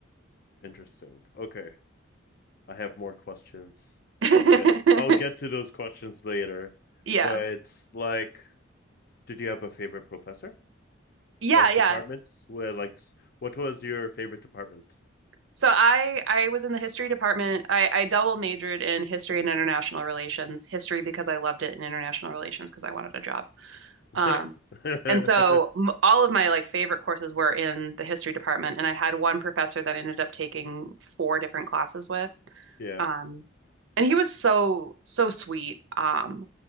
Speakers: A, on the left; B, on the right.
A: Interesting. Okay. I have more questions.
B: <laughs>
A: I'll get I'll get to those questions later.
B: Yeah.
A: But like, did you have a favorite professor?
B: Yeah,
A: Like
B: yeah.
A: departments? Where like s- what was your favorite department?
B: So I I was in the history department. I I double majored in history and international relations. History because I loved it and international relations because I wanted a job.
A: <laughs>
B: Um, and so m- all of my like favorite courses were in the history department, and I had one professor that I ended up taking four different classes with.
A: Yeah.
B: Um, and he was so so sweet, um,